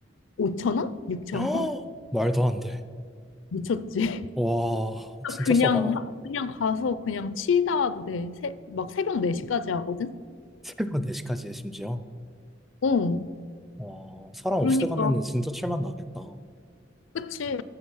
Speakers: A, on the left; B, in the centre.
A: 5천 원? 6천
B: <gasps> 헉!
A: 원?
B: 말도 안 돼.
A: 미쳤지.
B: 와, 진짜
A: 그냥
B: 싸다.
A: 그냥 가서 그냥 치다 와도 돼. 새, 막 새벽 4시까지 하거든.
B: 새벽 4시까지 해, 심지어.
A: 어.
B: 와, 사람 없을
A: 그러니까
B: 때 가면은 진짜 칠맛 나겠다.
A: 그치.